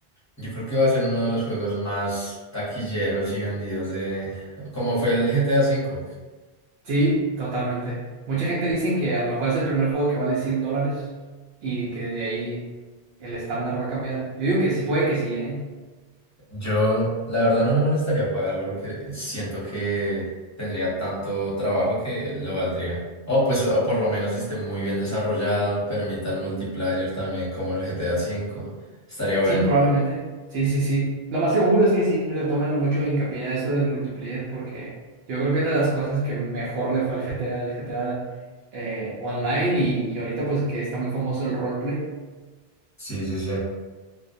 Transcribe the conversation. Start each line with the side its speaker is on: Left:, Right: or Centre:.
Left: Yo creo que va a ser uno de los juegos más taquilleros y vendidos de... Como fue el G T A cinco.
Right: Sí, totalmente. Mucha gente dicen que a lo mejor es el primer juego que vale 100 dólares y que de ahí el estándar va a cambiar. Yo digo que sí, puede que sí, ¿eh?
Left: Yo, la verdad, no me molestaría pagarlo porque siento que tendría tanto trabajo que lo valdría. O pues, o por lo menos esté muy bien desarrollado, permita el multiplayer también como el G T A cinco. Estaría bueno.
Right: Sí, probablemente. Sí, sí, sí. Lo más seguro es que sí le tomen mucho hincapié a eso del multiplayer porque yo creo que es de las cosas que mejor le fue al GTA, el GTA eh, Online y, y ahorita pues que está muy famoso el roleplay.
Left: Sí, sí, sí.